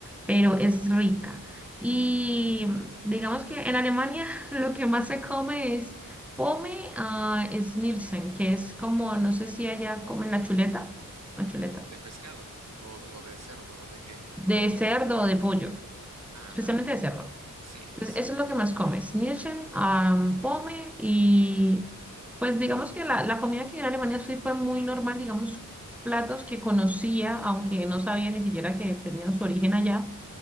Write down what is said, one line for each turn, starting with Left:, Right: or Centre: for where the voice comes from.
Centre: pero es rica. Y mm, digamos que en Alemania <laughs> lo que más se come es pome, ah, Schnitzel, que es como, no sé si allá comen la chuleta, la chuleta,
Right: ¿De pescado? ¿O, o de cerdo? ¿O de qué?
Centre: de cerdo o de pollo,
Right: Ajá,
Centre: especialmente de cerdo.
Right: sí,
Centre: Entonces,
Right: es,
Centre: eso es lo que más come, Schnitzel, am, pome y pues digamos que la, la comida que vi en Alemania sí fue muy normal, digamos, platos que conocía, aunque no sabía ni siquiera que tenían su origen allá,